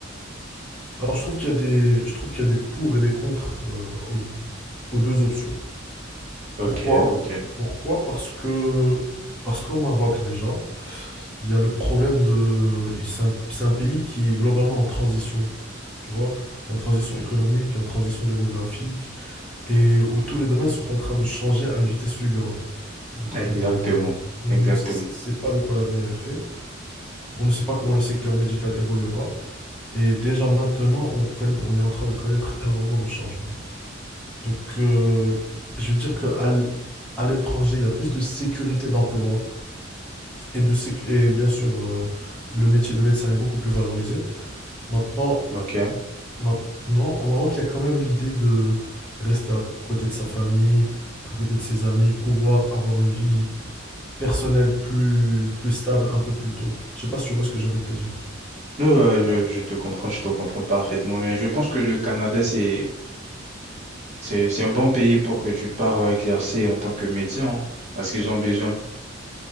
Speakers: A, in the centre; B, on the right.
A: Alors, je trouve qu'il y a des, je trouve qu'il y a des pour et des contre euh, aux, aux deux options.
B: Ok,
A: Pourquoi?
B: ok.
A: Pourquoi? Parce que, parce qu'au Maroc, déjà, il y a le problème de, c'est un, c'est un pays qui est globalement en transition, tu vois, qui est en transition
B: Mhm.
A: économique, qui est en transition démographique, et où tous les domaines sont en train de changer à une vitesse fulgurante. Donc,
B: Exactement,
A: euh, on
B: exactement.
A: ne sait pas de quoi l'avenir est fait. On ne sait pas comment le secteur médical évoluera. Et déjà maintenant, on, conna- on est en train de connaître énormément de changements. Donc, euh, je vais dire qu'à à l'étranger, il y a plus de sécurité d'emploi et, de sécu- et bien sûr, euh, le métier de médecin est beaucoup plus valorisé. Maintenant,
B: Ok.
A: maintenant, au Maroc, il y a quand même l'idée de rester à côté de sa famille, à côté de ses amis, pouvoir avoir une vie personnelle plus, plus stable un peu plus tôt. Je sais pas si tu vois ce que j'ai envie de te dire.
B: Non, euh, je, je te comprends, je te comprends parfaitement. Mais je pense que le Canada, c'est, c'est, c'est un bon pays pour que tu pars euh, exercer en tant que médecin, hein, parce qu'ils ont besoin.